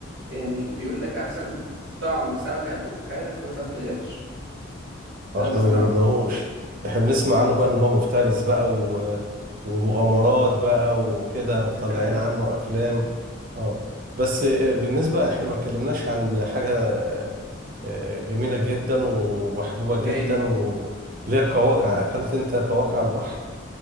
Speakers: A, on the right; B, on the right.
A: يعني بيقول لك احسن طعم سمك هتدوقه في حياتك هو سمك القرش
B: فاحنا
A: ده انا بسمعه
B: ما جربناهوش احنا بنسمع عنه بقى ان هو مفترس بقى و... ومغامرات بقى وكده مطلعين
A: <laughs>
B: عنه افلام اه بس آه، بالنسبة احنا ما اتكلمناش عن حاجة آه، آه، جميلة جدا ومحبوبة جدا
A: هي
B: و- اللي هي القواقع اكلت انت قواقع على البحر